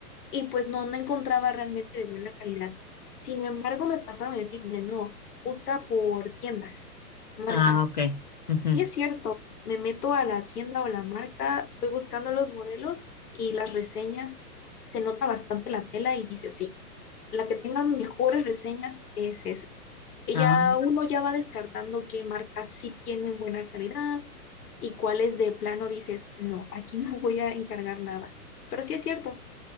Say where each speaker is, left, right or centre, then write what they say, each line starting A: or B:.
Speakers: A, on the left; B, on the left.
A: y pues no, no encontraba realmente de buena calidad. Sin embargo, me pasaron el tip de no, busca por tiendas, marcas.
B: Ah, ok. Ujú.
A: Sí es cierto, me meto a la tienda o la marca, voy buscando los modelos y las reseñas, se nota bastante la tela y dice, sí, la que tenga mejores reseñas es esa. Y
B: Ah.
A: ya uno ya va descartando qué marcas sí tienen buena calidad y cuáles de plano dices, no, aquí no voy a encargar nada. Pero sí es cierto,